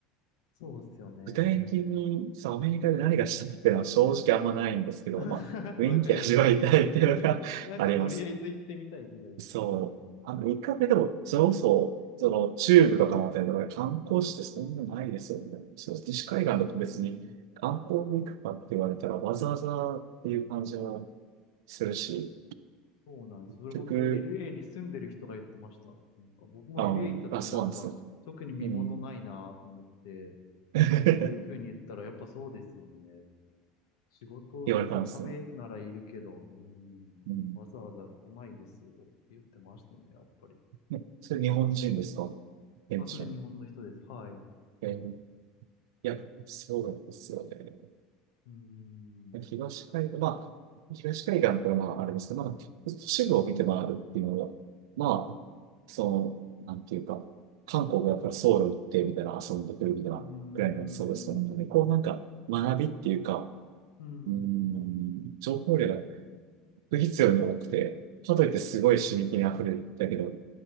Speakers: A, on the left; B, on the right.
A: そうっすよね。
B: 具体的に、そう、アメリカで何がしたいっていうのは正直あんまないんですけど、
A: <laughs>
B: まあ、雰囲気味わいたいっていうのが
A: わかります、わかります。<laughs>
B: <laughs>
A: なんかとりあえず行ってみたいぐらいですよね。
B: あります。そう。あの、一回目でも、それこそ、その、中部とかのあたりとかで観光地ってそんなないですよね。そう、西海岸だと別に観光に行くかって言われたら、
A: うーん、
B: わざわざっていう感じはするし、
A: そうなんです。それ本当に
B: 結局、
A: LA に住んでる人が言ってました。なんか僕も
B: あの、
A: LA 行った時なんか、
B: あ、そうなんですね。
A: 特に見物ないなと思って、
B: うん。<laughs>
A: で、そういうふうに言ったら、やっぱそうですよね。仕事のためならいるけど、
B: 言われたんですね。
A: うん、
B: うん。
A: わざわざ来ないですよって言ってましたね、やっぱり。
B: ねそれ日本人ですか現地の。
A: あ、それ日本の人です。はい。う
B: えーいや、そうですよね。
A: ーん、
B: 東海岸、まあ、東海岸からまあ、あれですけど、まあ、都市部を見て回るっていうのは、まあ、その、なんていうか、韓国がやっぱりソウル行ってみたいな、遊んでくるみたいなくらいになりそうですよね。
A: うーん、
B: こうなんか、学びっていうか、
A: うん、
B: うーん、情報量が不必要に多くて、かといってすごい刺激に溢れてたけど、